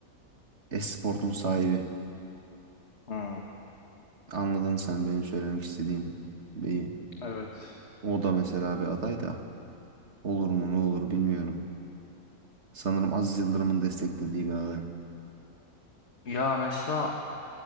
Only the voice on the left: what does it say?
Hmm,
evet.
Ya mesela